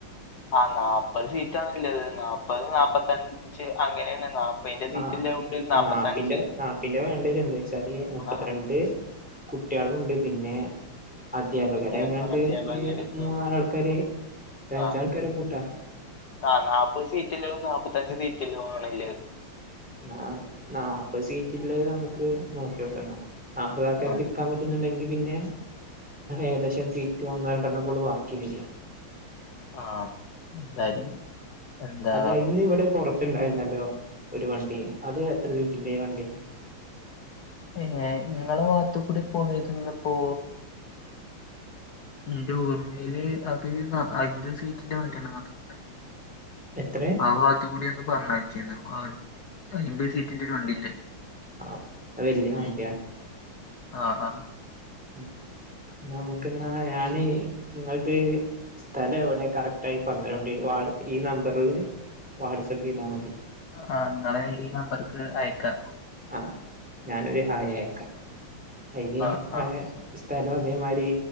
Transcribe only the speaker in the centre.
ആ ആ
നാപ്പിന്റെ നാപ്പിന്റെ വേണ്ടിവരും എന്താ വെച്ചാല് മുപ്പത്തിരണ്ട്
കുട്ട്യേളുണ്ട് പിന്നെ അദ്ധ്യാപകരായിങ്ങാണ്ട്
ഒരു മൂന്നാലാൾക്കാര്,
ഒരഞ്ചാൾക്കാരെ
കൂട്ടാ.
എന്നാ നാപ്പത് സീറ്റിള്ളത് നമ്ക്ക് നോക്കിയോക്കാ എന്നാ. നാല്പ്പതാൾക്കാർക്ക്
ഇരി ക്കാൻ പറ്റുന്നുണ്ടെങ്കിൽ പിന്നെ ഏകദേശം സീറ്റ് ഒന്നോ രണ്ടണ്ണേക്കൂള്ളു ബാക്കി വരിക
അല്ല ഇന്ന് ഇവിടെ പൊറത്ത്ണ്ടായിരുന്നല്ലോ ഒരു വണ്ടി. അത് എത്ര സീറ്റിന്റെ വണ്ടിയാ?
എത്രേ
ആ വല്യ
വണ്ടിയാണ്
ഉം. നമുക്കെന്നാ ഞാന് ഇങ്ങൾത് സ്ഥലെവിടെയാ കറക്റ്റ് ആയി പറഞ്ഞരൂണ്ടി. ഈ നമ്പറില് വാട്സപ്പ് ചെയ്താ മതി.
അഹ് ഞാനൊരു ഹായ് അയക്കാ. അയ്ല്
ഇങ്ങളെ
സ്ഥലം അതേമാരി